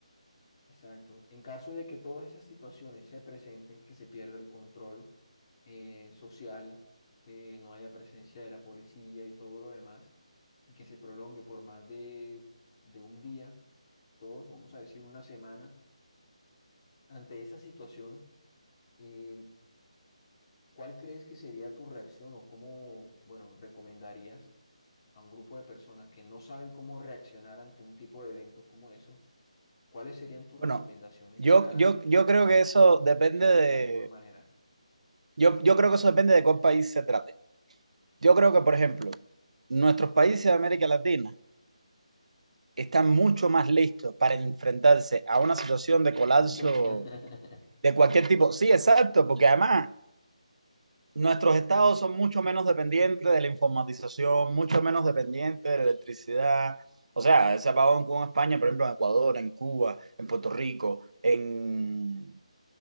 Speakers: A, on the left; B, on the right.
A: exacto. En caso de que todas esas situaciones se presenten, que se pierda el control eh, social, que no haya presencia de la policía y todo lo demás, y que se prolongue por más de, de un día, todos, vamos a decir una semana, Ante esa situación, eh, ¿cuál crees que sería tu reacción o cómo, bueno, recomendarías a un grupo de personas que no saben cómo reaccionar ante un tipo de eventos como eso? ¿Cuáles serían tus
B: Bueno,
A: recomendaciones
B: yo,
A: para
B: yo, yo creo que
A: eh,
B: eso depende
A: reaccionar
B: de,
A: de la mejor manera?
B: yo, yo creo que eso depende de cuál país se trate. Yo creo que, por
A: Ok.
B: ejemplo, nuestros países de América Latina están mucho más listos para enfrentarse a una situación de colapso
A: <laughs>
B: de cualquier tipo. Sí, exacto, porque además Nuestros estados son mucho menos dependientes de la informatización, mucho menos dependientes de la electricidad. O sea, ese apagón que hubo en España, por ejemplo, en Ecuador, en Cuba, en Puerto Rico, en...